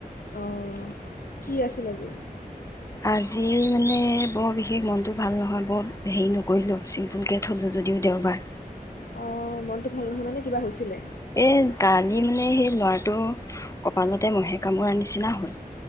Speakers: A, on the left; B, on the left.
A: অ কি আছিল আজি
B: আজি মানে বৰ বিশেষ মনটো ভাল নহয় বৰ হেৰি নকৰিলোঁ চিম্পুলকে থলোঁ যদিও দেওবাৰ
A: অঁ মনটো ভাল নহয় মানে কিবা হৈছিলে?
B: এই কালি মানে সেই ল'ৰাটো কপালতে মহে কামোৰাৰ নিচিনা হ'ল